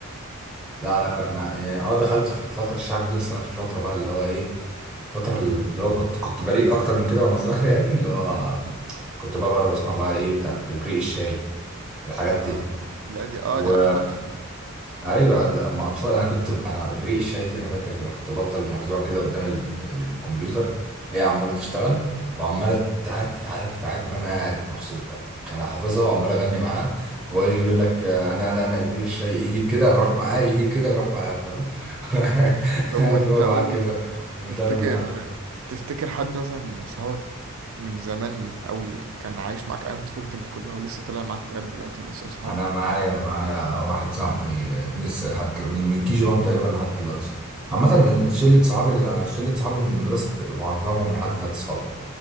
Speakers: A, in the centre; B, on the right.
A: لا لا انا يعني اه دخلت في الفترة الشعب دي بس انا في فترة بقى اللي هو ايه فترة اللي هو كنت كنت بريء اكتر من كده وانا صغير يعني اللي هو
B: مم. <laughs>
A: كنت بقى, بقى بسمع بقى ايه بتاعت بريق الشاي الحاجات
B: آه.
A: دي
B: لا دي اه
A: و
B: دي اطفال خالص
A: ايوه عاد- اما اطفال انا كنت ب... انا ابريق الشاي دي انا فاكر انا كنت بفضل مرزوع كده قدام ال... الكمبيوتر هي عماله تشتغل وعماله تعاد تعاد تعاد وانا قاعد مبسوط فاهم انا حافظها وعمال اغني معاها وهو
B: آه.
A: يجي يقول لك آه، انا انا انا ابريق الشاي يجي كده اروح معاه يجي كده اروح معاه فاهم <laughs>
B: طب
A: قاعد
B: وانت
A: بقى
B: قول
A: معاه كده
B: لي
A: مندمج
B: تفتكر
A: معاه أوي.
B: تفتكر حد مثلا صحابك من زمان قوي كان عايش معاك ايام طفولتك دي كلها ولسه طالع معاك لغايه دلوقتي ولسه اصحاب
A: انا معايا معايا واحد صاحبي لسه لحد دل- من من كي جي 1 تقريبا لحد دلوقتي عامة شلة صحابي شلة صحابي من المدرسة معظمهم لحد دلوقتي صحابي